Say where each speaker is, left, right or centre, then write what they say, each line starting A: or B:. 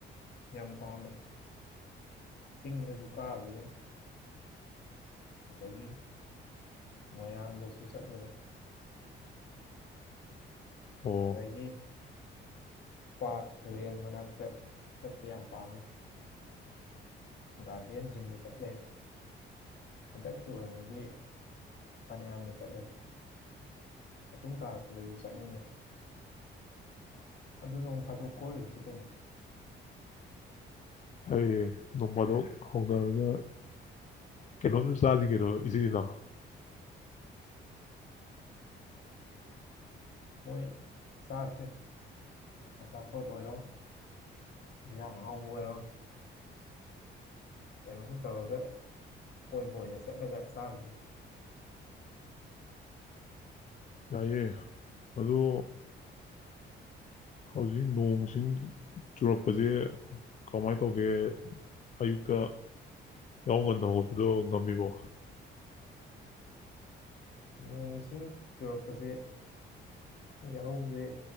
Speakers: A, on the left; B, on the left.
A: ꯌꯥꯝ ꯄꯥꯝꯃꯦ꯫ ꯆꯤꯡꯗꯁꯨ ꯀꯥꯔꯨꯕ ꯌꯥꯏ ꯑꯗꯒꯤ ꯃꯣꯏꯔꯥꯡꯗꯁꯨ ꯆꯠꯂꯨꯔꯦ
B: ꯑꯣ
A: ꯑꯗꯨꯗꯒꯤ ꯄꯥꯠ ꯇꯨꯔꯦꯟ ꯃꯅꯥꯛꯇ ꯆꯠꯄ ꯌꯥꯝ ꯄꯥꯝꯃꯤ ꯒꯥꯔꯗꯦꯟꯁꯤꯡꯗ ꯆꯠꯂꯦ ꯍꯟꯗꯛꯀꯤ ꯑꯣꯏꯅꯗꯤ ꯐꯅꯌꯥꯝꯅ ꯆꯠꯂꯦ ꯃꯇꯨꯡ ꯇꯥꯔꯛꯄꯗꯁꯨ ꯆꯠꯅꯤꯡꯉꯦ ꯑꯗꯨ ꯅꯣꯡ ꯐꯥꯗꯣꯛ ꯀꯣꯏ ꯑꯣꯏꯔꯨꯁꯤ ꯀꯩꯅꯣ
B: ꯍꯌꯦ ꯅꯣꯡꯐꯥꯗꯣꯛ ꯍꯧꯅꯔꯒ ꯀꯩꯅꯣꯝꯁꯨ ꯆꯥꯁꯤ ꯀꯩꯅꯣ ꯏꯖꯤꯅ
A: ꯍꯣꯏ ꯆꯥꯁꯦ ꯑꯆꯥꯄꯣꯠ ꯑꯣꯏꯔꯣ ꯌꯦꯟꯖꯥꯡ ꯑꯍꯥ ꯎꯕ ꯑꯣꯏꯔꯣ ꯀꯩꯅꯣꯝꯃ ꯇꯧꯔꯒ ꯀꯣꯏꯕ ꯑꯣꯏꯅ ꯆꯠꯂꯒ ꯆꯥꯔꯁꯦ
B: ꯌꯥꯏꯑꯦ ꯑꯗꯨ ꯍꯧꯖꯤꯛ ꯅꯣꯡꯁꯤꯡ ꯆꯨꯔꯛꯄꯁꯦ ꯀꯃꯥꯏꯅ ꯇꯧꯒꯦ ꯑꯌꯨꯛꯇ ꯌꯥꯍꯧ ꯉꯟꯅ ꯍꯧꯒꯠꯄꯗꯣ ꯉꯝꯃꯤꯕꯣ
A: ꯅꯣꯡ ꯏꯁꯤꯡ ꯆꯨꯔꯛꯄꯁꯦ ꯌꯥꯍꯧꯁꯦ